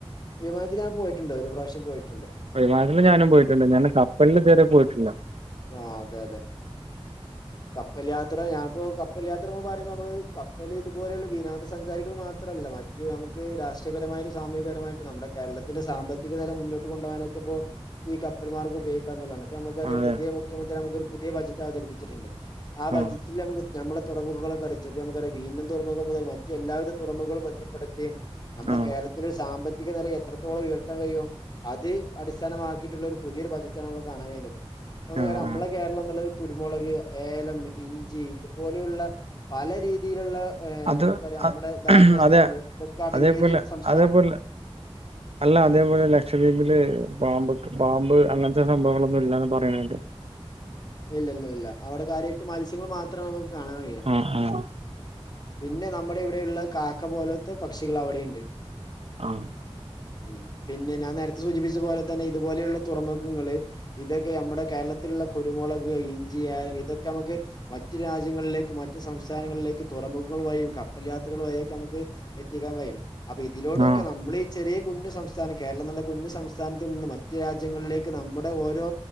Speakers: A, on the left; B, on the right.
A: വിമാനത്തില് ഞാൻ പോയിട്ട്ണ്ട് ഒരു പ്രാവശ്യം പോയിട്ട്ണ്ട്
B: വിമാനത്തില് ഞാനും പോയിട്ട്ണ്ട് ഞാന് കപ്പൽല് ഇതുവരെ പോയിട്ടില്ല
A: ആഹ് അതെ അതെ
B: <inaudible>
A: കപ്പൽ യാത്ര ഞാൻപ്പോ കപ്പൽയാത്രപ്പൊ പറീമ്പമ്മള് കപ്പല് ഇതുപോലെയുള്ള വിനോദസഞ്ചാരികൾ മാത്രല്ല മ റ്റു നമുക്ക് രാഷ്ട്രീയപരമായിര് സാമൂഹികപരമായിട്ട് നമ്മുടെ കേരളത്തിന്റെ സാമ്പത്തിക നെല മുന്നോട്ട് കൊണ്ടോവാനൊക്കെ ഇപ്പോ ഈ കപ്പൽമാർഗം ഉപയോഗിക്കാന്ന്ള്ളാണ് പ്പൊ നമുക്ക് അറിയ
B: അതെ
A: പുതിയ മുഖ്യമന്ത്രി നമുക്ക് ഒരു പുതിയ ബജറ്റ് അവതരിപ്പിച്ചിട്ടുണ്ട് ആ ബജറ്റിൽ
B: ആഹ്
A: നമുക്ക് നമ്മളെ തുറമുകളക്കെ അറിച്ച് പ്പൊ നമുക്കറ വീനം തുറമുഖം മുതൽ മറ്റു എല്ലാവിധ തുറമുഖവും ബന്ധി പ്പെടുത്തി നമ്മുടെ
B: ആഹ്
A: കേരളത്തിലെ ഒരു സാമ്പത്തിക നില എത്രത്തോളം ഉയർത്താൻ കഴിയും അത് അടിസ്ഥാനമാക്കിയിട്ട്ള്ള ഒരു പുതിയൊരു ബജറ്റാണ് നമ്മള് കാണാൻ കഴിഞ്ഞത് ഇതുവരെ
B: ആഹ്
A: അമ്മളെ
B: ആഹ്
A: കേരളംന്ന്ള്ളത് കുരുമുളക്, ഏലം, ഇഞ്ചി ഇതുപോലുള്ള പല രീതിയിലുള്ള എഹ്
B: അത്
A: നമുക്കറിയാം നമ്മുടെ
B: അ-
A: ധാതു വസ്തുക്കള്
B: അതെ
A: ഇതൊക്കെ അടങ്ങിയൊരു
B: അതേപോലെ
A: സംസ്
B: അതേപോലെ അല്ല അതേപോലെ ലക്ഷദ്വീപില് ബാമ്പ്ക് ബാമ്പ് അങ്ങൻത്തെ സംഭവങ്ങളൊന്നും ഇല്ലാന്ന് പറയണ കേട്ടു
A: ഇല്ല ഇല്ല ഇല്ല അവിടെ കാര്യായിട്ട് മത്സ്യങ്ങള് മാത്രേ നമുക്ക് കാണാൻ കഴിയ
B: ആഹ് ആഹ്
A: പിന്നെ നമ്മുടെ ഇവിടെയുള്ള കാക്ക പോലത്തെ പക്ഷികൾ അവിടെയിണ്ട്
B: ആഹ്
A: ഉം പിന്നെ ഞാൻ നേരത്തെ സൂചിപ്പിച്ച പോലെ തന്നെ ഇതുപോലെയുള്ള തുറമുഖങ്ങള് ഇതൊക്കെ നമ്മുടെ കേരള ത്തില്ള്ള കുരുമുളക്, ഇഞ്ചി, ഏലം ഇതൊക്കെഅമ്മക്ക് മറ്റ് രാജ്യങ്ങളിലേക്ക് മറ്റു സംസ്ഥാനങ്ങളിലേക്ക് തുറമുഖങ്ങൾ വഴിയും കപ്പൽ യാത്രകൾ വഴിക്കെ അമ്മക്ക് എത്തിക്കാൻ കഴിയും. അപ്പൊ ഇതിലൂടൊക്കെ
B: ആഹ്
A: നമ്മളീ ചെറിയ കുഞ്ഞു സംസ്ഥാനം കേരളം ന്ന്ള്ള കുഞ്ഞു സംസ്ഥാനത്ത് നിന്ന് മറ്റു രാജ്യങ്ങളിലേക്ക് നമ്മുടെ ഓരോ